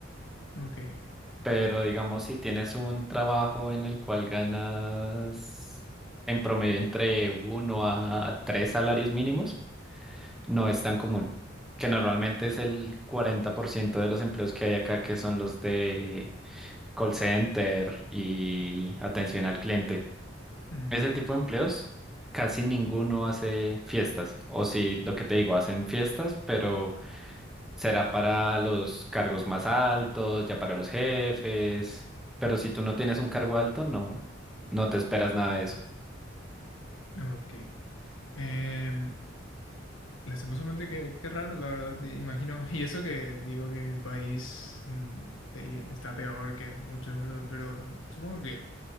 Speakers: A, on the left; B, in the centre.
A: Ok.
B: pero digamos si tienes un trabajo en el cual ganas en promedio entre uno a tres salarios mínimos, no es tan común, que normalmente es el 40% de los empleos que hay acá, que son los de call center y atención al cliente.
A: Ujú,
B: Ese tipo de empleos, casi ninguno hace fiestas, o si lo que te digo, hacen fiestas, pero Será para los cargos más altos, ya para los jefes. Pero si tú no tienes un cargo alto, no, no te esperas nada de eso.
A: Ok. Em, lastimosamente, qué, qué raro, la verdad, y- imagino. <laughs> Y eso que digo que mi país mm, eh, está peor que muchos, ¿verdad? Pero supongo que